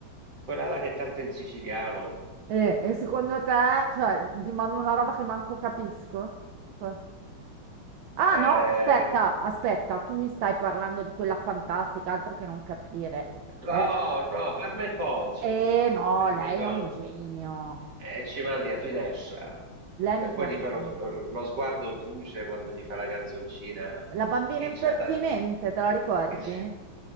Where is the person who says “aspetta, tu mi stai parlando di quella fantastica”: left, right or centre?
Right